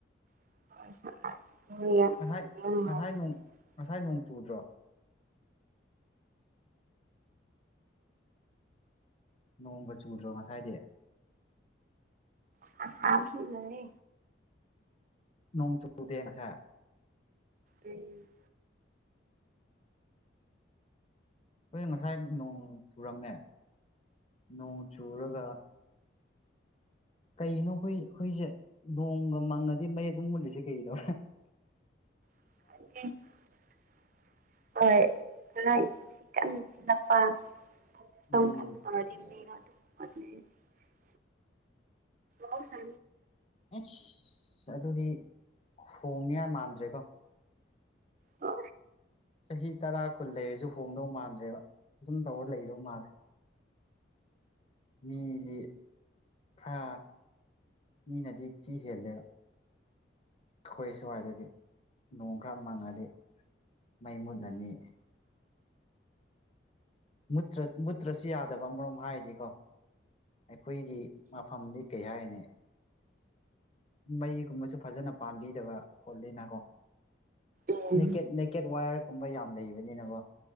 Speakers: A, on the right; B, on the left.
A: <unintelligible>
B: ꯉꯁꯥꯏ ꯉꯁꯥꯏ ꯅꯣꯡ ꯉꯁꯥꯏ ꯅꯣꯡ ꯆꯨꯗ꯭ꯔꯣ ꯅꯣꯡꯒ ꯆꯨꯗ꯭ꯔꯣ ꯉꯁꯥꯏꯗꯤ
A: ꯁꯁꯤꯂꯔꯦ
B: ꯅꯣꯡ ꯆꯨꯗꯦ ꯉꯁꯥꯏ
A: ꯎꯝ
B: ꯑꯩꯈꯣꯏꯅ ꯉꯁꯥꯏ ꯅꯣꯡ ꯆꯨꯔꯝꯃꯦ ꯅꯣꯡ ꯆꯨꯔꯒ ꯀꯩꯅꯣ ꯑꯩꯈꯣꯏ ꯑꯩꯈꯣꯏꯁꯦ ꯅꯣꯡꯒ ꯃꯪꯉꯗꯤ ꯃꯩ ꯑꯗꯨꯝ ꯃꯨꯂꯤꯁꯦ ꯀꯩꯅꯣ
A: ꯍꯣꯏꯅꯨꯡ ꯁꯤ ꯪꯥꯟ
B: ꯎꯝ
A: ꯍ ꯁ
B: ꯑꯁ ꯑꯗꯨꯗꯤ ꯍꯣꯡꯅꯤꯉ ꯃꯥꯟꯗ꯭ꯔꯦꯀꯣ
A: ꯑ
B: ꯆꯍꯤ ꯇꯔꯥ ꯀꯨꯟ ꯂꯩꯔꯁꯨ ꯍꯣꯡꯗꯧ ꯃꯥꯟꯗ꯭ꯔꯦꯕ ꯑꯗꯨꯝ ꯇꯧꯔ ꯂꯩꯗꯧ ꯃꯥꯜꯂꯦ ꯃꯤꯗꯤ ꯊꯥ ꯃꯤꯅꯗꯤ ꯊꯤ ꯍꯦꯜꯂꯦꯕ ꯑꯩꯈꯣꯏ ꯁ꯭ꯋꯥꯏꯗꯗꯤ ꯅꯣꯡ ꯈꯔ ꯃꯪꯉꯗꯤ ꯃꯩꯃꯨꯗ ꯑꯅꯤ ꯨꯠꯇ꯭ꯔ ꯃꯨꯠꯇ꯭ꯔꯁꯨ ꯌꯥꯗꯕ ꯑꯃꯔꯣꯝ ꯍꯥꯏꯗꯤꯀꯣ ꯑꯩꯈꯣꯏꯒꯤ ꯃꯐꯝꯗꯤ ꯀꯩ ꯍꯥꯏꯅꯤ ꯃꯩꯒꯨꯝꯕꯁꯨ ꯐꯖꯅ ꯄꯥꯟꯕꯤꯗꯕ ꯈꯣꯠꯂꯤꯅꯀꯣ
A: ꯎꯝ
B: ꯅꯦꯀꯦꯠ ꯅꯦꯀꯦꯠ ꯋꯥꯌꯔꯒꯨꯝꯕ ꯌꯥꯝ ꯂꯩꯕꯅꯤꯅꯀꯣ